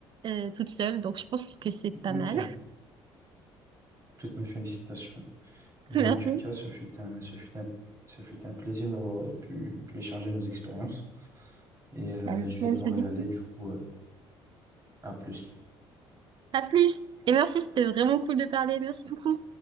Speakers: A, on the right; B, on the right.
A: euh, toute seule. Donc, je pense que c'est pas
B: Ok,
A: mal.
B: toutes mes félicitations. Ben,
A: <laughs> Merci.
B: en tout cas, ce fut un, ce fut un, ce fut un plaisir d'avoir euh, pu, pu échanger nos expériences. Et euh,
A: Même
B: je vais devoir
A: chose
B: y
A: ici.
B: aller, du coup, euh, à plus.
A: À plus. Et merci, c'était vraiment cool de parler. Merci beaucoup.